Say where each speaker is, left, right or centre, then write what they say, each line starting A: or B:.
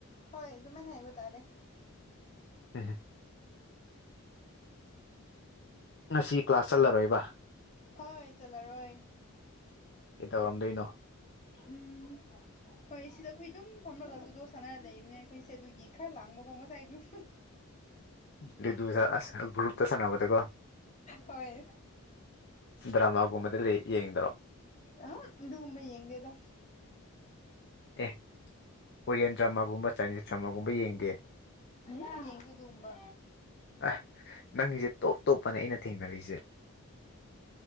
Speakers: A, on the left; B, on the left.
A: ꯍꯣꯏ ꯑꯗꯨꯃꯥꯏꯅ ꯍꯥꯏꯕ ꯇꯥꯔꯦ ꯎ <inaudible>
B: ꯎꯝ ꯉꯁꯤ ꯀ꯭ꯂꯥꯁ ꯆꯠꯂꯔꯣꯏꯕ
A: ꯍꯣꯏ ꯆꯠꯂꯔꯣꯏ
B: ꯀꯩ ꯇꯧꯔꯝꯗꯣꯏꯅꯣ
A: ꯎꯝ ꯍꯣꯏ ꯁꯤꯗ ꯑꯩꯈꯣꯏ ꯑꯗꯨꯝ ꯐꯝꯃꯒ ꯑꯗꯨꯗꯣ ꯁꯥꯟꯅꯔ ꯂꯩꯕꯅꯦ ꯑꯩꯈꯣꯏꯁꯦ ꯑꯗꯨꯒꯤ ꯈꯔ ꯂꯥꯡꯕꯀꯣ ꯉꯁꯥꯏ ꯑꯗꯨꯝ
B: ꯂꯨꯗꯨꯗ ꯑꯁ ꯒ꯭ꯔꯨꯞꯇ ꯁꯥꯟꯅꯕꯗꯀꯣ
A: ꯍꯣꯏ
B: ꯗ꯭ꯔꯃꯥꯒꯨꯝꯕꯗ ꯌꯦꯡꯗ꯭ꯔꯣ
A: ꯑꯨꯝ ꯑꯗꯨꯒꯨꯝꯕ ꯌꯦꯡꯗꯦꯗ
B: ꯑꯦ ꯀꯣꯔꯤꯌꯟ ꯗ꯭ꯔꯃꯥꯒꯨꯝꯕ ꯆꯥꯏꯅꯤꯁ ꯗ꯭ꯔꯃꯥꯒꯨꯝꯕ ꯌꯦꯡꯗꯦ
A: ꯑꯗꯨ ꯑꯦ <inaudible> ꯎꯝ ꯌꯦꯡꯗꯦ ꯑꯗꯨꯒꯨꯝꯕ
B: ꯑ ꯅꯪꯁꯦ ꯇꯣꯞ ꯇꯣꯞꯄꯅꯦ ꯑꯩꯅ ꯊꯦꯡꯅꯔꯤꯁꯦ